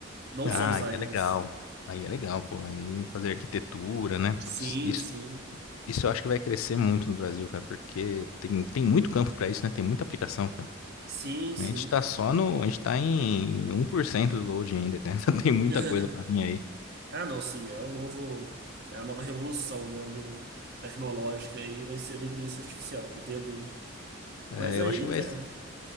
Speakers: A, on the right; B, on the left.
A: Não
B: Ah,
A: só usar
B: aí é
A: eles.
B: legal. Aí é legal, pô. Aí fazer arquitetura, né? Putz,
A: Sim,
B: isso
A: sim,
B: Isso eu acho que vai crescer muito no Brasil, cara, porque tem, tem muito campo pra isso, né? Tem muita aplicação, cara.
A: sim, sim.
B: A gente tá só no. A gente tá em um por cento do load ainda, cara. <laughs> Então tem muita
A: <laughs>
B: coisa pra vir aí.
A: Ah, não, sim, é o novo, é a nova revolução, né, no- tecnológica aí vai ser da inteligência artificial, não tenho dúvida.
B: É,
A: Mas aí,
B: eu acho que vai,
A: cara,